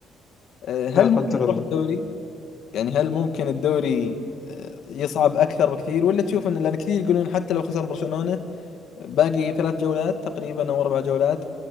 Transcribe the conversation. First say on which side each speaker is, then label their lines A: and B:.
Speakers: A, on the left; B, on the left.
A: آه، هل
B: لا قدر
A: ممكن يروح
B: الله
A: الدوري؟ يعني هل ممكن الدوري آه، يصعب أكثر بكثير ولا تشوف أن لأن كثير يقولون حتى لو خسر برشلونة باقي ثلاث جولات تقريبا أو أربع جولات